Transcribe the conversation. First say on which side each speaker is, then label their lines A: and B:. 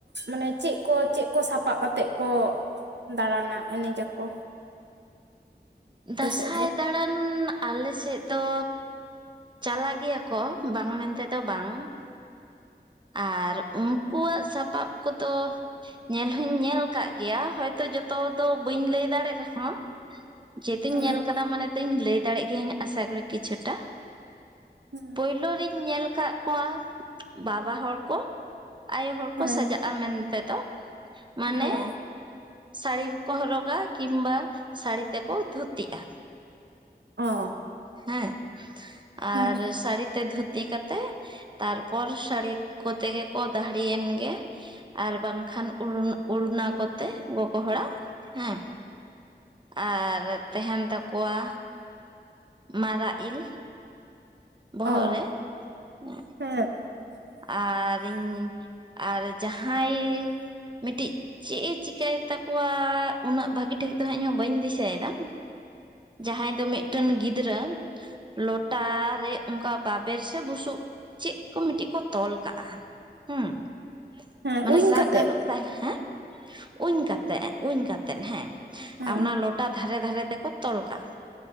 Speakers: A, on the right (about 85°); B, on the right (about 25°).
A: ᱢᱟᱱᱮ ᱪᱮᱫ ᱠᱚ ᱪᱮᱫ ᱠᱚ ᱥᱟᱯᱟᱵ ᱟᱛᱮᱜ ᱠᱚ ᱫᱟᱬᱟᱱᱟ ᱮᱱᱮᱡ ᱟᱠᱚ᱾
B: ᱫᱟᱸᱥᱟᱭ
A: ᱥᱮᱫ ᱫᱚ
B: ᱫᱟᱬᱟᱱ ᱟᱞᱮ ᱥᱮᱫ ᱫᱚ ᱪᱟᱞᱟᱜ ᱜᱮᱭᱟ ᱠᱚ ᱵᱟᱝ ᱢᱮᱱᱛᱮ ᱫᱚ ᱵᱟᱝ᱾ ᱟᱨ ᱩᱱᱠᱩᱣᱟᱜ ᱥᱟᱯᱟᱵ ᱠᱚᱫᱚ ᱧᱮᱞ ᱦᱚᱧ ᱧᱮᱞ ᱠᱟᱜ ᱜᱮᱭᱟ ᱦᱚᱭᱛᱚ ᱡᱚᱛᱚ ᱫᱚ ᱵᱟᱹᱧ ᱞᱟᱹᱭ ᱫᱟᱲᱮᱜ ᱨᱮᱦᱚᱸ᱾ ᱡᱮᱛᱤᱧ
A: ᱦᱮᱸ
B: ᱧᱮᱞ ᱠᱟᱫᱟ ᱢᱟᱱᱮ ᱫᱚᱧ ᱞᱟᱹᱭ ᱫᱟᱲᱮᱭᱟᱜ ᱜᱮᱭᱟᱹᱧ ᱟᱥᱟ ᱠᱚᱨᱮ ᱠᱤᱪᱷᱩᱴᱟ᱾
A: ᱦᱮᱸ
B: ᱯᱩᱭᱞᱳ ᱨᱤᱧ ᱧᱮᱞ ᱟᱠᱟᱫ ᱠᱚᱣᱟᱜ ᱵᱟᱵᱟ ᱦᱚᱲ ᱠᱚ ᱟᱭᱳ ᱦᱚᱲ
A: ᱦᱮᱸ
B: ᱠᱚ ᱥᱟᱡᱟᱜᱼᱟ ᱢᱮᱱ ᱛᱮᱫᱚ᱾ ᱢᱟᱱᱮ
A: ᱦᱳᱭ
B: ᱥᱟᱹᱲᱤ ᱦᱚᱠᱚ ᱦᱚᱨᱚᱜᱟ ᱠᱤᱝᱵᱟ ᱥᱟᱹᱲᱤ ᱛᱮᱠᱚ ᱫᱷᱩᱛᱤᱜᱼᱟ᱾
A: <unintelligible>
B: ᱦᱮᱸ
A: ᱦᱮᱸ
B: ᱟᱨ ᱥᱟᱹᱲᱤ ᱛᱮ ᱫᱷᱩ ᱛᱤ ᱠᱟᱛᱮᱜ ᱛᱟᱨᱯᱚᱨ ᱥᱟᱹᱲᱤ ᱠᱚᱛᱮ ᱜᱮ ᱠᱚ ᱫᱟᱦᱲᱤᱭᱮᱱ ᱜᱮ, ᱟᱨ ᱵᱟᱝᱠᱷᱟᱱ ᱩᱲᱱᱟ ᱠᱚ, ᱛᱮ ᱜᱚᱜᱚ ᱦᱚᱲᱟᱜ ᱦᱮᱸ ᱟᱨ ᱛᱟᱦᱮᱱ ᱛᱟᱠᱚᱣᱟ ᱢᱟᱨᱟᱜ ᱤᱞ, ᱵᱚᱦᱚᱜ
A: ᱚ
B: ᱨᱮ ᱾
A: ᱦᱮᱸ
B: ᱟᱨ ᱤᱧ ᱟᱨ ᱡᱟᱦᱟᱸᱭ ᱢᱤᱫᱴᱤᱡ ᱪᱮᱫ ᱮ ᱪᱤᱠᱟᱹᱭ ᱛᱟᱠᱚᱣᱟ ᱩᱱᱟᱹᱜ ᱵᱷᱟᱹᱜᱤ ᱴᱷᱤᱠ ᱫᱚ ᱦᱟᱸᱜ ᱤᱧᱦᱚᱸ ᱵᱟᱹᱧ ᱫᱤᱥ ᱫᱟ ᱡᱟᱦᱟᱸᱭ ᱫᱚ ᱢᱤᱫᱴᱮᱱ ᱜᱤᱫᱽᱨᱟᱹ ᱞᱚᱴᱟ ᱨᱮ ᱚᱱᱠᱟ ᱵᱟᱵᱮᱨ ᱥᱮ ᱵᱩᱥᱩᱵ ᱪᱮᱫ ᱠᱚ ᱢᱤᱫᱴᱤᱡ ᱠᱚ ᱛᱚᱞ ᱠᱟᱜᱼᱟ ᱦᱩᱸ ᱾
A: ᱦᱮᱸ
B: ᱢᱟᱱᱮ
A: ᱩᱧ
B: ᱥᱟᱵ
A: ᱠᱟᱛᱮᱜ
B: ᱜᱟᱱᱚᱜ ᱛᱟᱭ ᱦᱮᱸ ᱩᱧ ᱠᱟᱛᱮᱜ ᱩᱧ ᱠᱟᱛᱮᱜ ᱦᱮᱸ᱾
A: ᱦᱮᱸ
B: ᱟᱨ ᱚᱱᱟ ᱞᱚᱴᱟ ᱫᱷᱟᱨᱮ ᱫᱷᱟᱨᱮ ᱛᱮᱠᱚ ᱛᱚᱞ ᱠᱟᱜᱼᱟ